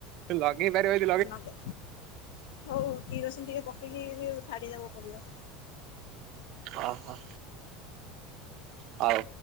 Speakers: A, on the right; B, on the left.
A: ଲଗେଇ ପାରିବ ଯଦି
B: ହ ନଦ, ହଉ କିରୋସିନ ଟିକେ ପକେଇକି ଛାଡିଦବ ପଡିବ।
A: ଓହୋ ହଉ